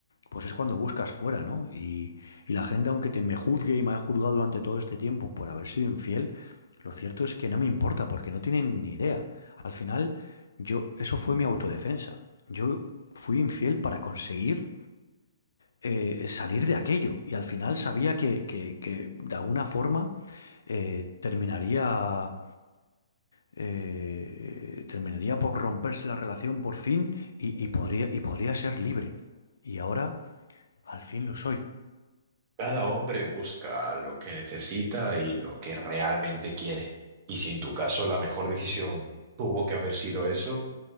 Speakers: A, on the left; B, on the right.
A: pues es cuando buscas fuera, ¿no? Y, y la gente, aunque te me juzgue y me ha juzgado durante todo este tiempo por haber sido infiel, lo cierto es que no me importa porque no tienen ni idea. Al final, yo, eso fue mi autodefensa. Yo fui infiel para conseguir eh, salir de aquello. Y al final sabía que, que- que de alguna forma eh, terminaría, eh, terminaría por romperse la relación por fin y, y podría, y podría ser libre. Y ahora al fin lo soy.
B: Cada hombre busca lo que necesita y lo que realmente quiere. Y si en tu caso la mejor decisión tuvo que haber sido eso,